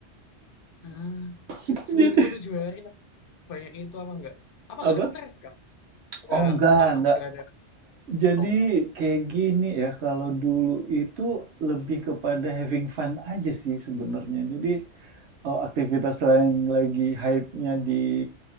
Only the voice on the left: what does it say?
Ah.
Seminggu
tujuh hari tapi banyak itu apa enggak? Apa
enggak stres, Kak? Udah
am-
udah ada
oh.